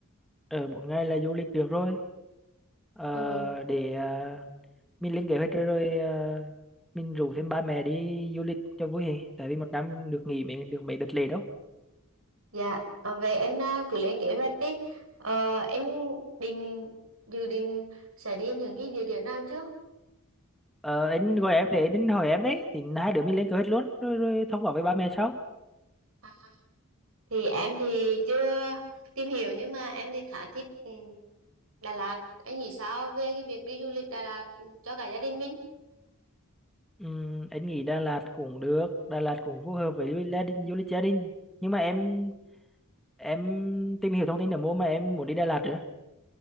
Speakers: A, in the centre; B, on the right.
A: ở bốn ngày là du lịch được rồi Ờ,
B: Ừ,
A: để ờ, mình lên kế hoạch rồi, rồi ờ, mình rủ thêm ba mẹ đi du lịch cho vui hè tại vì một năm được nghỉ mấy được mấy đợt lễ đâu
B: dạ, ờ, vậy anh à, cứ lên kế hoạch đi. Ờ, anh định, dự định sẽ đi những cái địa điểm nào trước?
A: Ờ, anh gọi em để anh hỏi em đấy thì hai đứa mình lên kế hoạch luôn rồi rồi thông báo với ba mẹ sau
B: À, Thì em thì chưa tìm hiểu nhưng mà em thì khá thích ừ, Đà Lạt. Anh nghĩ sao về cái việc đi du lịch Đà Lạt ừ, cho cả gia đình mình?
A: Ừm, anh nghĩ Đà Lạt cũng được Đà Lạt cũng phù hợp với du lịch gia đình, du lịch gia đình nhưng mà em em tìm hiểu thông tin ở mua mà em muốn đi Đà Lạt nữa